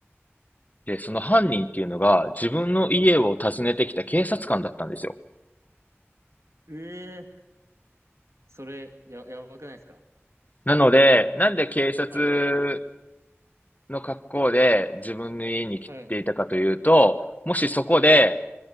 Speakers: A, on the left; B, on the right.
A: で、その犯人っていうのが自分の家を訪ねてきた警察官だったんですよ。
B: ええそれ、や、やばくないですか
A: なので、なんで警察
B: もしはい。
A: の格好で自分の家に来ていたかというと、
B: はい。
A: もしそこで、
B: はい。